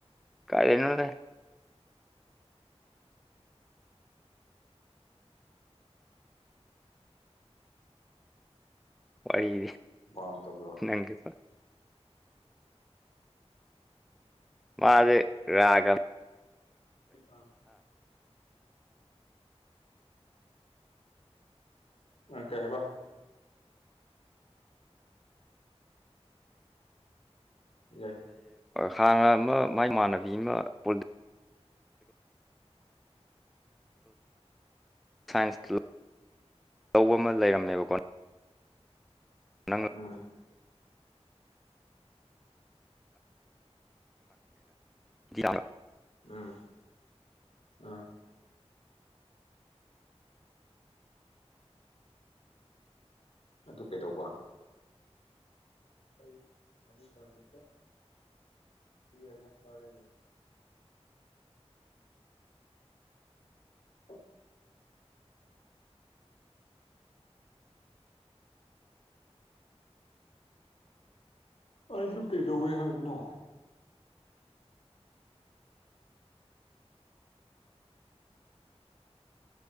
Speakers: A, in the centre; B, on the left.
A: ꯀꯔꯤꯅꯗꯦ ꯋꯥꯔꯤꯗꯤ
B: ꯋꯥꯝ ꯊ ꯄꯨ꯭ꯔꯥ
A: ꯅꯪꯒꯤꯗꯣ ꯃꯥ ꯑꯗꯨ ꯔꯒꯝ
B: ꯁꯤꯇ ꯎ ꯀꯩꯕ ꯌꯥꯏ
A: ꯍꯥꯟꯅ ꯑꯃ ꯃꯥꯏ ꯏꯃꯥꯟꯅꯕꯤ ꯑꯃ ꯄꯨ ꯁꯥꯏꯟꯁ ꯂꯧꯕ ꯑꯃ ꯂꯩꯔꯝꯃꯦꯕꯀꯣ ꯅꯪ
B: ꯎꯝ
A: ꯔꯥ
B: ꯎꯝ ꯑꯝ ꯑꯗꯨ ꯀꯩꯗꯧꯕ ꯑꯩ ꯃ ꯇꯃꯠꯇ ꯏꯅ ꯐꯥꯔꯦ
A: ꯍꯦ
B: ꯑꯣ ꯑꯩꯨ ꯀꯩꯗꯧꯋꯦ ꯍꯥꯏꯕꯅꯣ